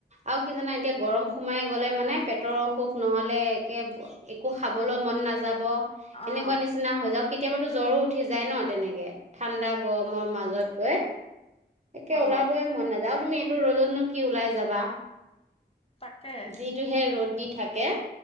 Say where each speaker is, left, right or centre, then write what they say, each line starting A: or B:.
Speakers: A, on the right; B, on the left.
A: আৰু কি জানা এতিয়া গৰম সোমাই গ'লে মানে পেটৰ অসুখ নহ'লে একে একো খাবলৈ মন নাযাব। এনেকোৱা
B: অ'।
A: নিচিনা হৈ যাওঁক কেতিয়াবাতো জ্বৰো উঠি যায় ন? তেনেকে। ঠাণ্ডা গৰম মই মাজত গৈ তাকে
B: অ',
A: ওলাবই মন নাযায় আৰু তুমি ৰ'দত নো কি ওলাই যাবা
B: তাকে
A: যিটোহে ৰ'দ। দি থাকে।